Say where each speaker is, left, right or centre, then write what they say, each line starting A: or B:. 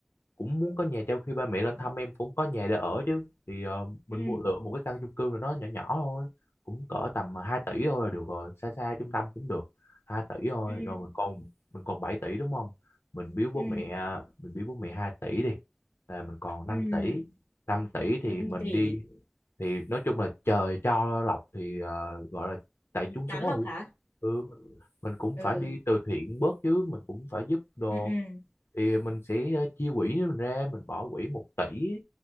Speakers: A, on the left; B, on the left.
A: cũng muốn có nhà trao khi ba mẹ lên thăm em cũng có nhà để ở chứ thì ờ, mình
B: ừ
A: mua lựa một cái căn chung cư nào đó nhỏ nhỏ thôi cũng cỡ tầm ờ, hai tỷ thôi là được rồi xa xa trung tâm cũng được hai tỷ thôi
B: ừ
A: rồi mình còn mình còn 7 tỷ đúng không mình biếu bố
B: ừ
A: mẹ ờ, mình biếu bố mẹ 2 tỷ đi là mình còn năm
B: ừ
A: tỷ năm tỷ thì
B: năm
A: mình
B: tỷ
A: đi thì nói chung là trời cho lộc thì ờ, gọi là tại trúng
B: tán
A: số
B: lộc
A: rồi
B: hả
A: ừ mình cũng
B: ừ
A: phải đi từ thiện bớt chứ mình cũng phải giúp đồ
B: ừ ừ
A: thì mình sẽ ờ, chia quỹ mình ra mình bỏ quỹ một tỷ